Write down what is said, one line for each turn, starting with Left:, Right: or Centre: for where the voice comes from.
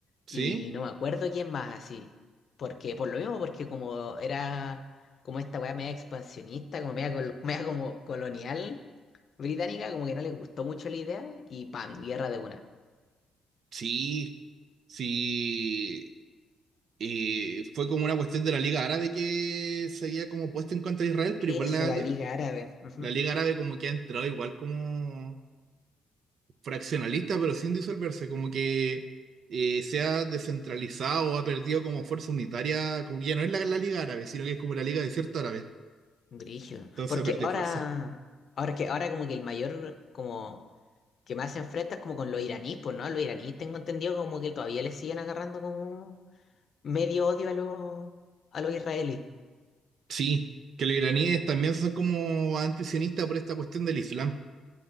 Right: ¿sí?
Left: y no me acuerdo quién más así. Porque, por lo mismo, porque como era como esta weá media expansionista, como media, col- <laughs> media como colonial británica, como que no les gustó mucho la idea y pam, guerra de una.
Right: Sí, sí. Y fue como una cuestión de la Liga Árabe que se había como puesto en contra de Israel, pero
Left: Eso,
Right: igual la,
Left: la Liga Árabe. Ujú.
Right: la Liga Árabe como que ha entrado igual como fraccionalista, pero sin disolverse, como que eh, se ha descentralizado o ha perdido como fuerza unitaria, como que ya no es la, la Liga Árabe, sino que es como la Liga Desierta Árabe.
Left: Brígido.
Right: Entonces
Left: Porque
Right: ha perdido
Left: ahora,
Right: fuerza.
Left: ahora que ahora como que el mayor como que más se enfrenta es como con los iraníes, pues, ¿no? Los iraníes tengo entendido como que todavía les siguen agarrando como medio odio a los a los israelíes.
Right: Sí, que los iraníes también son como antisionistas por esta cuestión del Islam.